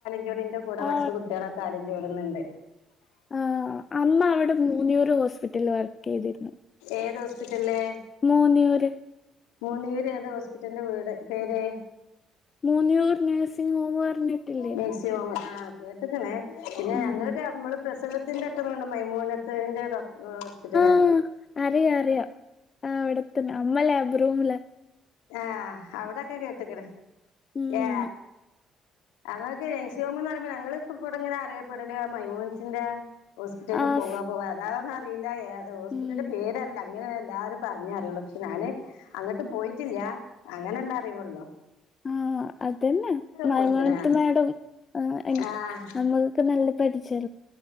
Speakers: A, on the left (about 70°); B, on the left (about 40°).
A: കടെ കുച്ച
B: ആ
A: കുട്ടികളൊക്കെ ആും ജോലുന്നുണ്ട്
B: ആ അമ്മ അവിടെ മൂന്നിയൂറ് ഹോസ്പിറ്റല വ ചെയ്തിരുന്നു
A: ഏത് ഹോസ്പിറ്റലില്
B: മൂന്നിയൂര്
A: മൂന്നിയൂര് ഏത ഹോസ്പിറ്റലിന്റെ വീട് പേര്
B: മൂന്നിയൂർ നഴ്സിംഗ് ഹോം പറഞ്ഞിട്ടില്ലേ
A: മെക്സിമം ആ കേട്ടക്കണെ പിന്നെ
B: ഉം
A: അങ്ങനൊക്കെ നമ്മള് പ്രസവ ക്കെണ്ട് മൈമൂനത്തിന്റെ ഹോസ്പിറ്റല
B: ആ അറിയ അറിയാം ആ അവിട നമ്മള ോംല്ല
A: ആഹ് അവിടെൊക്കെ കേട്ടക്കണ
B: ഉം
A: ഏ അങ്ങനെ സിോമന്ന് പറുമ്പോ ഞൾ ഇവിടെ എങ്ങനെ അറിയപ്പെടില്ല മൈമോൻസിന്റെ ഹോസ്പിറ്റലിക്ക്
B: ആഫ്
A: പോവ്വാ പോവ്വാ അതാ ഇല്ല ഹോസ്പിറ്റലിന്റെ
B: ഉം
A: പേര് അറിയില്ല ഇങ്ങനെ എല്ലാരും പറഞ്ഞേ അറിയുള്ളൂ പക്ഷെ ഞാന് അങ്ങട്ട് പോയി ട്ടില്ല അങ്ങനെ ഉള്ള അറിവുള്ളൂ
B: ആഹ് അതന്നെ മൈമോനത്ത്
A: പോയിക്കണ്
B: മേഡം ആ
A: ആഹ്
B: നമ്മൾക്കെ നല്ല പരിചയ